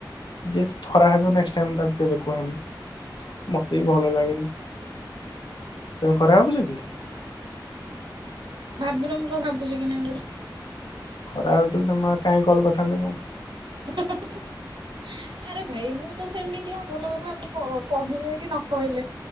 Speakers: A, on the left; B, on the right.
A: ଯିଏ ଖରାପ୍ ଭାବିବ ନେକ୍ଷ୍ଟ୍ ଟାଇମ୍ ମୁଁ ତାକୁ କେବେ କୁହେନି। ମତେ ବି ଭଲ ଲାଗେନି, ତମେ ଖରାପ୍ ଭାବୁଚ କି?
B: ଭାବୁୁନ ମୁଁ କଣ ଭାବୁଚି କି ନାଇଁ ବୋଲି?
A: ଖରାପ୍ ଭାବୁଥିଲେ ତମେ ଆଉ କାହିଁକି କଲ୍ କରିଥାନ୍ତ କି ମୋତେ?
B: <unintelligible> ଆରେ ଭାଇ ମୁଁ ତ ସେମିତିଆ ଭଲ କଥା ମୁଁ କହ କହି ଦେଇକି ନ କହିଲେ